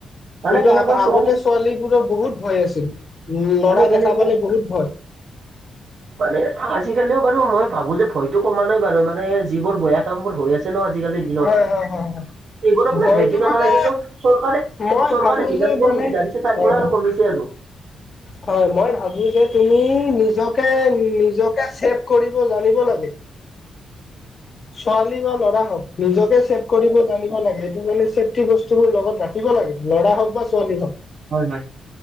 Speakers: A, on the right; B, on the left.
A: মানে
B: কিন্তু
A: কেনেকুৱা
B: আ-আগতে
A: চোৱা
B: ছোৱালীবোৰৰ বহুত ভয় আছিল। উম, ল'ৰা
A: মানে কেনেকুৱা
B: দেখা পালে বহুত ভয়।
A: মানে আজি-কালিও বাৰু মই ভাবো যে ভয়তো কমা নাই বাৰু। মানে যিবোৰ বয়া কাম বোৰ হৈ আছে ন আজিকালি
B: হয়, হয়, হয়, হয়।
A: এইবোৰৰ পৰা
B: ভয়টো
A: <unintelligible> নাই
B: মানে
A: কিন্তু চৰকাৰে-চৰকাৰে
B: মই ভাবো
A: যিমানবোৰ
B: যে মানে
A: সুবিধা দিছে তাৰ
B: হয়
A: পৰা
B: হয়
A: আৰু কমিচ ছে আৰু।
B: হয়, মই ভাবো যে তুমি নিজকে- নিজকে ছেভ কৰিব জানিব লাগে। ছোৱালী বা ল'ৰা হওঁক নিজকে চেভ কৰিব জানিব লাগে, এইটো মানে চে ফটি বস্তুবোৰ লগত ৰাখিব লাগে, ল'ৰা হওঁক বা ছোৱালী হওঁক।
A: হয় হয়।